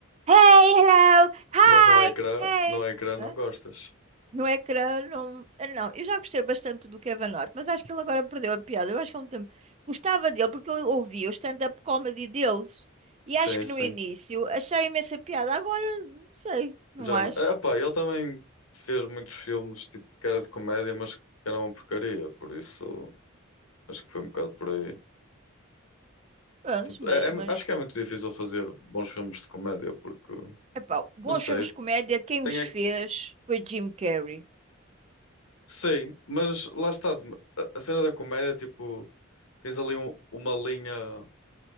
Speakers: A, on the right; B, on the left.
A: Hey, hello, hi,
B: Mas no ecrã,
A: hey.
B: no ecrã não
A: Hã?
B: gostas.
A: No ecrã, não. eu Não, eu já gostei bastante do Kevin Hart, mas acho que ele agora perdeu a piada. Eu acho que há um tempo gostava dele porque eu ouvia o stand-up comedy deles e
B: Sim,
A: acho que
B: sim.
A: no início achava imensa piada. Agora, não sei, não
B: Já
A: acho.
B: não. Ah, pá, ele também fez muitos filmes tipo que era de comédia, mas que era uma porcaria, por isso acho que foi um bocado por aí.
A: Prontos,
B: Tipo,
A: mas,
B: é- é
A: mas.
B: mu- acho que é muito difícil fazer bons filmes de comédia, porque
A: Epá,
B: não
A: bons
B: sei,
A: filmes de comédia, quem
B: tem
A: os fez
B: é que.
A: foi Jim Carrey.
B: Sei, mas lá está, a a cena da comédia, tipo, tens ali um- uma linha.